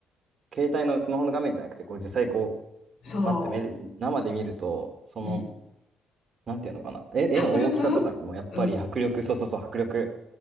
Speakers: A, on the right; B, on the left.
A: 携帯のスマホの画面じゃなくて、こう実際こう、
B: そ
A: パッて目で、生で見ると、その、
B: う。うん。
A: なんていうのかな、絵、
B: 迫力うん。
A: 絵の大きさとかにもやっぱり迫力、そうそうそう、迫力